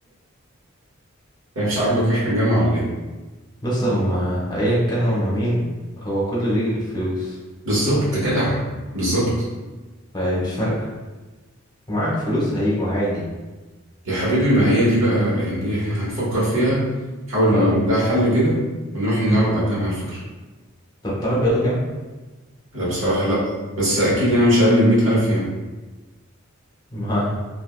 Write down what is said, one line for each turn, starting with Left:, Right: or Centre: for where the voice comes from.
Right: يعني مش عاجبك إحنا الجامعة ولا إيه؟
Left: بس هما ايا كان هما مين هو كله بيجي بالفلوس
Right: بالظبط جدع بالظبط
Left: فمش فارقة ومعاك فلوس هيجوا عادي
Right: يا حبيبي ما هي دي بقى يعني دي إحنا هنفكر فيها نحاول نوجد
Left: اه
Right: لها حل كده ونروح نعرض
Left: مم.
Right: على الجامعة الفكرة
Left: طب تعرف بياخدوا كام؟
Right: أنا بصراحة لأ بس أكيد يعني مش أقل من مية ألف يعني
Left: <laughs> ما